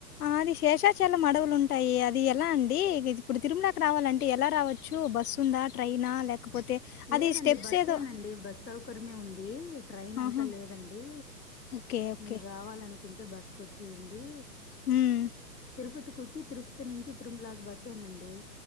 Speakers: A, on the left; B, on the left.
A: ఆది శేషాచాల మడవులు ఉంట ంటాయి అది ఎలా అండి ఇప్పుడు తిరుమలకి రావాలంటే ఎలా రావచ్చు బస్సు వస్తుందా ట్రైనా లేకపోతే అది
B: లేదండి
A: స్టెప్స్
B: బస్ేనండి
A: ఏదో
B: బస్కర్మే ఉంది ట్రైన్ అంతా
A: ఆహా!
B: లేదండి
A: ఓకే. ఓకే.
B: మీరు రావాలనుకు కుంటే బస్కు వచ్చేయండి
A: హ్మ్.
B: తిరుపతికి వచ్చి తిరుపతి నుంచి తిరుమలా బస్ ఏండి